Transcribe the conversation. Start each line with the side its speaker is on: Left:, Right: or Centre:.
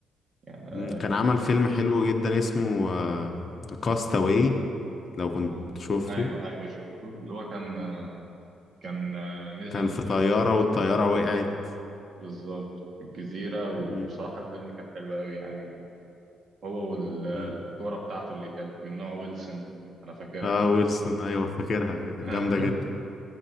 Right: يعني
Left: مم.
Right: آه، كان
Left: كان عمل فيلم حلو جدا اسمه كاستاوي لو كنت
Right: أوف.
Left: شفته
Right: ايوه ايوه شفته اللي هو كان
Left: مم.
Right: آه، كان آه، نزل
Left: كان في
Right: في
Left: طيارة والطيارة وقعت
Right: بالظبط في الجزيرة وصراحة
Left: مم.
Right: الفيلم كان حلو قوي يعني هو والكورة
Left: مم.
Right: بتاعته اللي كانت من نوع ويلسون أنا فاكرها
Left: اه
Right: يعني
Left: ويلسون ايوه فاكرها جامدة
Right: <laughs>
Left: جدا